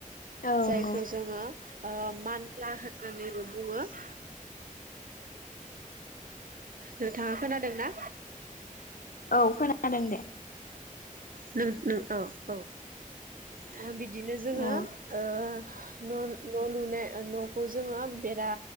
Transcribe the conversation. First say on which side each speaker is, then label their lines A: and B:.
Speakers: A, on the left; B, on the right.
A: औ
B: जायखौ
A: नंगौ
B: जोङो ओ मान लाहाजोनिबो बुंङो। <inaudible> नोंथाङा खोनादों ना?
A: औ खोनादों दे।
B: नो नो औ औ बि बिदिनो जोङो
A: औ
B: ओ न' न' लुनाय न'खौ जोङो बेरा